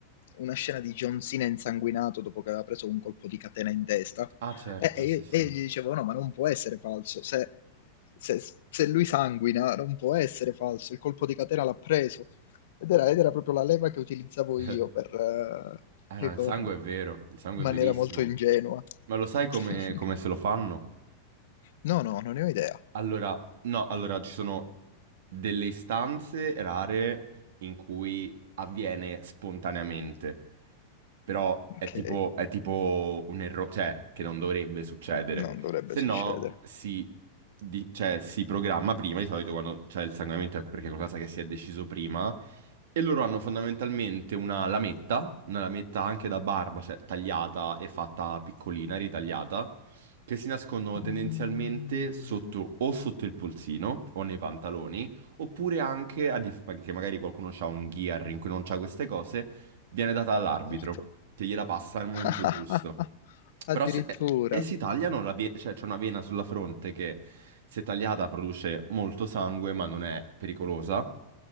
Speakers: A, on the left (about 70°); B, on the right (about 75°).
A: una scena di John Cena insanguinato dopo che aveva preso un colpo di catena in testa.
B: Ah, certo,
A: E, e
B: sì,
A: io,
B: sì.
A: e io gli dicevo: No, ma non può essere falso. Se se, se lui sanguina non può essere falso, il colpo di catena l'ha preso. Ed era, ed era proprio la leva che utilizzavo
B: <laughs>
A: io per, eh,
B: Eh
A: ricordo,
B: no, il sangue è vero, il sangue
A: in maniera
B: è verissimo.
A: molto ingenua.
B: Ma lo sai come,
A: <laughs>
B: come se lo fanno?
A: No, no, non ne ho idea.
B: Allora, no, allora ci sono delle istanze rare in cui avviene spontaneamente, però è
A: Ok,
B: tipo, è tipo un errore, cioè che non dovrebbe succedere.
A: non dovrebbe
B: Se
A: succedere.
B: no, si, di- cioè, si programma prima, di solito quando c'è il sanguinamento è perché è qualcosa che si è deciso prima, e loro hanno fondamentalmente una lametta, una lametta anche da barba, cioè tagliata e fatta piccolina, ritagliata che si nascondono
A: Mm,
B: tendenzialmente sotto o sotto il polsino o nei pantaloni, oppure anche a dif- che magari qualcuno ha un gear in cui non c'ha queste cose, viene data all'arbitro
A: certo.
B: che gliela passa al momento
A: <laughs>
B: giusto.
A: Addirittura.
B: Però se eh, e si tagliano la vie- cioè c'è una vena sulla fronte che se tagliata produce molto sangue, ma non è pericolosa.